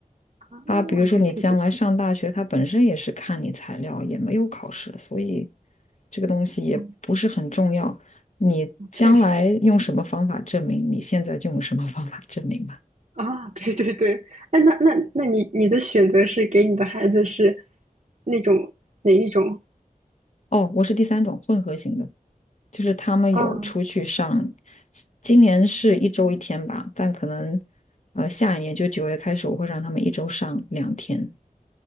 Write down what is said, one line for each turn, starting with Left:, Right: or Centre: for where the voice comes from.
Right: 啊，
Left: 他比如说你将来上大学，
Right: 对对对，
Left: 他本身也是看你材料，也没有考试，所以这个东西也不是很重要。
Right: 嗯，
Left: 你将来用什么方法证明，
Right: 确实。
Left: 你现在就用什么方法证明吧。
Right: 啊，对对对，哎，那那那你你的选择是给你的孩子是那种哪一种？
Left: 哦，我是第三种混合型的，就是他们有出去上，
Right: 啊
Left: 今年是一周一天吧，但可能呃下一年就九月开始，我会让他们一周上两天。